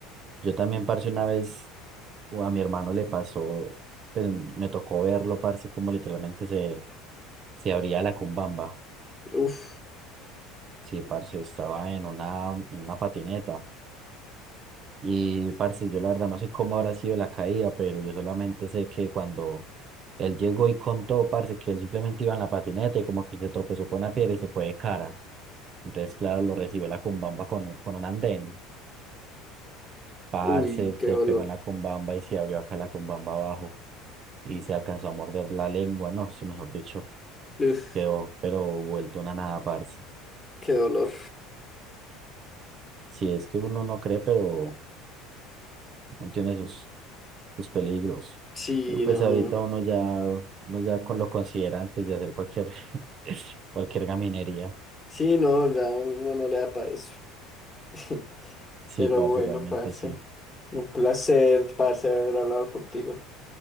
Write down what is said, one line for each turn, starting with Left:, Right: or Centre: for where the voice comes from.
Right: Yo también, parce, una vez o a mi hermano le pasó, pues me tocó verlo, parce, como literalmente se, se abría la cumbamba.
Left: Uf,
Right: Sí, parce, estaba en una, en una patineta. Y, parce, yo la verdad no sé cómo habrá sido la caída, pero yo solamente sé que cuando él llegó y contó, parce, que él simplemente iba en la patineta y como que se tropezó con una piedra y se fue de cara. Entonces, claro, lo recibió la cumbamba con, un con un andén. Parce,
Left: uy, qué
Right: se
Left: dolor.
Right: pegó en la cumbamba y se abrió acá la cumbamba abajo y se alcanzó a morder la lengua. No, sí, mejor dicho,
Left: Uf,
Right: quedó, pero vuelto una nada, parce.
Left: qué dolor.
Right: Si es que uno no cree, pero no tiene sus, sus peligros.
Left: Sí,
Right: Pero pues
Left: no,
Right: ahorita
Left: no.
Right: uno ya, uno ya con lo considera antes de hacer cualquier, <laughs> cualquier gaminería.
Left: Sí, no, ya uno no le da para eso. <laughs>
Right: Sí,
Left: Pero
Right: parce,
Left: bueno,
Right: realmente
Left: parce.
Right: sí.
Left: Un placer, parce, haber hablado contigo.